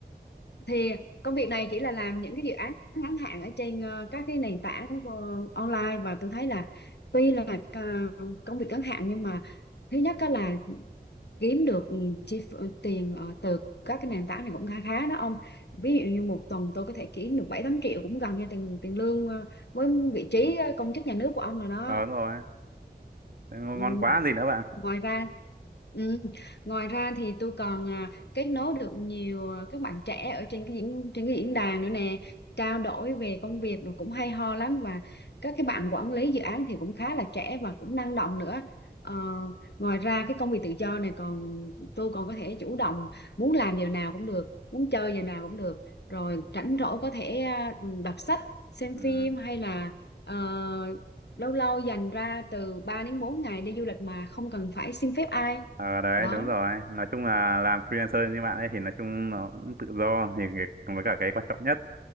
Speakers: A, on the left; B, on the right.
A: thì công việc này chỉ là làm những cái dự án ngắn hạn ở trên ờ, các cái nền tảng ờ, online và tôi thấy là tuy là ờ, công việc ngắn hạn nhưng mà thứ nhất á là kiếm được ừ, chi ph- ờ, tiền ờ, từ các cái nền tảng này cũng khá khá đó ông ví dụ như một tuần tôi có thể kiếm được bảy tám triệu cũng gần như tiền tiền lương ờ, với vị trí
B: Ừ.
A: ờ, công chức nhà nước của ông rồi đó
B: ờ đúng rồi Thế ngon
A: ừ
B: ngon quá gì nữa bạn
A: ngoài ra ừ, ngoài ra thì tôi còn à, kết nối được nhiều à, các bạn trẻ ở trên cái diễn trên cái diễn đàn nữa nè trao đổi về công việc rồi cũng hay ho lắm và các cái bạn quản lý dự án thì cũng khá là trẻ và cũng năng động nữa Ờ, ngoài ra cái công việc tự do này còn tôi còn có thể chủ động muốn làm giờ nào cũng được muốn chơi giờ nào cũng được rồi rảnh rỗi có thể à, đọc sách xem
B: ừ.
A: phim hay là ờ, lâu lâu dành ra từ 3 đến 4 ngày đi du lịch mà không cần phải xin phép ai
B: ờ đấy
A: đó
B: đúng rồi nói chung là làm freelancer như bạn ấy thì nói chung nó cũng tự do thì cái- với cả cái quan trọng nhất